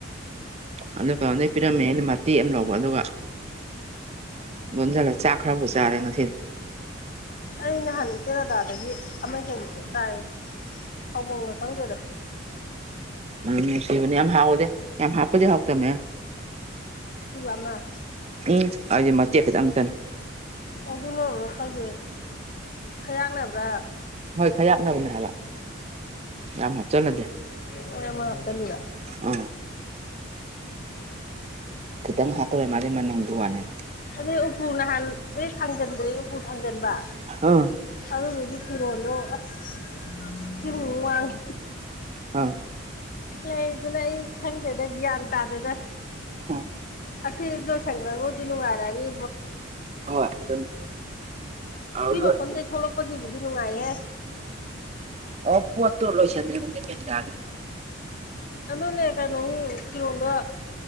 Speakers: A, on the right; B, on the left.
A: ꯑꯗꯨ ꯀꯩꯅꯣꯝꯗꯩ ꯄꯤꯔꯝꯃꯦ ꯑꯅ ꯃꯇꯦꯛ ꯑꯃ ꯂꯧꯕ ꯑꯗꯨꯒ <unintelligible> <unintelligible> ꯂꯣꯟꯖꯂ ꯆꯥꯈꯔꯕꯨꯣ ꯆꯔꯦ ꯅꯁꯤ
B: ꯑꯩ ꯅꯍꯥꯟ ꯇꯦꯔꯥꯗꯥꯗꯒꯤ ꯑꯃ ꯍꯦꯟꯕꯁꯦ ꯆꯥꯏ ꯑꯕꯣꯡꯒ ꯈꯪꯗꯦꯗ
A: ꯑꯗꯨꯝ ꯅꯨꯡꯁꯤꯕꯅꯦ ꯌꯥꯝ ꯍꯥꯎꯋꯗꯦ ꯌꯥꯝ ꯍꯥꯞꯄꯗꯤ ꯍꯥꯎꯇꯕꯃꯦ
B: ꯋꯥꯃ
A: ꯎꯝ ꯑꯩꯗꯤꯦ ꯃꯇꯦꯛ ꯈꯤꯇꯪꯇꯅꯦ
B: ꯑꯣꯕꯤꯅꯔꯣ ꯈꯪꯗꯦ ꯈꯌꯥꯡꯅꯕ꯭ꯔꯥ
A: ꯐꯌꯥꯥꯛꯅꯔꯨꯅꯍꯂ ꯌꯥꯝꯃ ꯆꯂꯗ
B: ꯃꯣꯏ ꯑꯃ ꯍꯥꯞꯆꯜꯂꯨꯔꯦ
A: ꯑ ꯀꯈꯤꯇꯪ ꯍꯥꯀ꯭ꯔꯦ ꯃꯅꯤ ꯃꯅꯦꯅꯤꯡꯗꯨꯋꯥꯅꯦꯦ
B: ꯑꯗꯨꯩ ꯎꯄ꯭ꯔꯨꯅꯍꯥꯟ ꯊꯥꯡꯖꯟꯕ꯭ꯔꯦ ꯎꯄ꯭ꯔꯨ ꯊꯥꯡꯖꯟꯕ
A: ꯑ
B: ꯑꯗꯨꯗꯨꯒꯤ ꯐꯤꯔꯣꯜꯗꯣ ꯑꯁ ꯁꯤꯃꯛ ꯋꯥꯡꯉꯤ
A: ꯑꯪ
B: ꯂꯩꯗꯅ ꯑꯩ ꯈꯪꯗꯦꯗ ꯒ꯭ꯌꯥꯟ ꯇꯥꯗꯦꯗ
A: ꯎꯝ
B: ꯑꯁꯤꯁꯗꯣ ꯁꯪꯀꯔ ꯃꯣꯗꯤꯅꯨꯒꯔꯦꯒꯤ
A: ꯍꯣꯏ ꯑꯗꯨꯅꯦ ꯑꯧ
B: ꯁꯤ
A: ꯂꯣꯏ
B: ꯃꯈꯐꯝꯗꯤꯦ ꯊꯣꯛꯂꯛꯄꯁꯤꯕꯨꯗꯤ ꯅꯨꯡꯉꯥꯏꯍꯦ
A: ꯑꯣꯕꯨꯠꯇ ꯂꯣꯏ ꯆꯗ꯭ꯔꯦ ꯃꯗꯒꯦ
B: ꯑꯗꯟꯅ ꯀꯥꯏꯩꯅꯣ ꯀꯤꯣꯗ